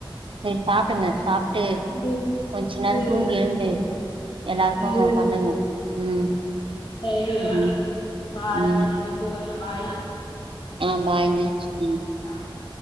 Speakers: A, on the right; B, on the left.
A: சரி சாப்டுங்க சாப்ட்டு
B: ம்
A: கொஞ்ச நேரோ
B: ம் ம்
A: தூங்கி எழுந்து
B: <unintelligible>
A: எல்லாருக்கு
B: ம்
A: பண்ணுங்க ம்
B: செரி
A: ம்
B: ஓகே பாருங்க
A: ம்
B: நீங்க தூங்குங்க பாய்
A: ஆ பாய்ங்க ம்
B: <inaudible>